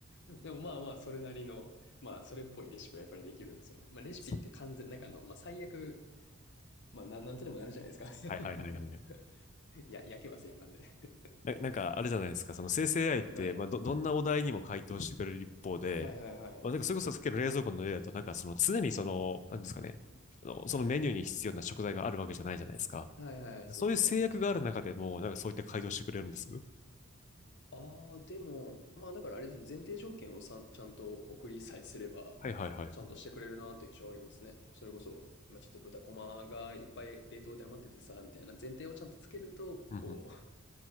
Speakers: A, on the left; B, on the left.
A: う。<laughs> でもまあまあ、それなりの、まあ、それっぽいレシピはやっぱりできるんですよね。まあ、レシピって完全、
B: そう
A: なんかあの、まあ、最悪、まあ、なん、なんとでもなるじゃないですか。
B: はいはいはいはい。
A: <laughs> いや、焼けばセーフなんで。
B: な、なんかあれじゃないですか。その生成 AI って、
A: はい。
B: まあど、どんなお題にも回答してくれる一方で、
A: はいはいはい。
B: まあ、なんかそれこそさっきの冷蔵庫の例だと、なんかその常にその、なんですかね。あの、そのメニューに必要な食材があるわけじゃないじゃないですか。
A: はいはい、そうですね。
B: そういう制約がある中でも、なんかそういった改造してくれるんです。
A: ああ、でも、まあ、だからあれですね前提条件をさん、ちゃんと送りさえすれば、
B: はいはいはい。
A: ちゃんとしてくれるなという印象はありますね。
B: うん
A: それこそ、今ちょっと豚こまがいっぱい冷凍で余っててさ、みたいな前提をちゃんとつけると、
B: うん、
A: こう、